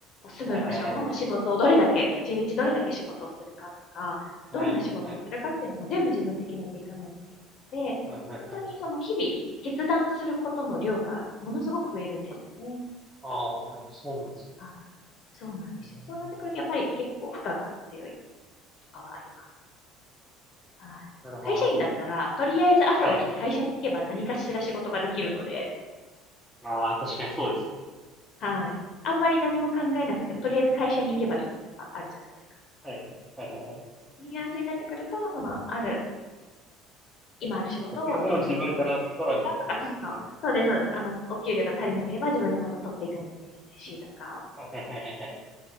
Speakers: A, on the left; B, in the centre.
A: 住む場所も仕事をどれだけ、
B: はい。はい。はい
A: 一日どれだけ仕事をするかとか、
B: はい、
A: どんな仕事をするかっていうのも全部自分で決めていかないといけないので、
B: はい、はい、はい、
A: 本当にその日々決断することの量がものすごく増えるんですよね。
B: はい。ああ、はい、そうなんですね
A: はい。そうなんですよ。
B: うん
A: そうなってくるとやっぱり結構負荷が強いとかはあります。はい。
B: なるほど。
A: 会社員だったら、
B: なるほど
A: とりあえず朝起きて会社に行けば何かしら仕事ができるので、
B: はい。ああ、確かにそうですね。
A: はい。あんまり何も考えなくても、とりあえず会社に行けばいいとかあるじゃないですか。
B: はい、はい、はいはい。
A: フリーランスになってくると、その、ある、今ある仕事をどういうふうに組み立てていくかとか、
B: だって仕事も自分から取らないといけないですね。
A: そうそう、そうです、そうです。あの、お給料が足りなければ自分でまた取っていかないといけないし、とか、
B: はい、はい、はい、はいはい。